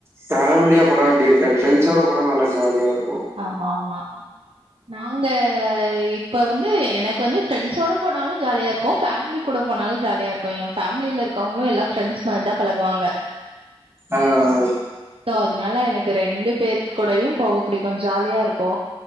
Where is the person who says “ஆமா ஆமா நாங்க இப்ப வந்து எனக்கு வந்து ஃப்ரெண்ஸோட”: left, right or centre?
Right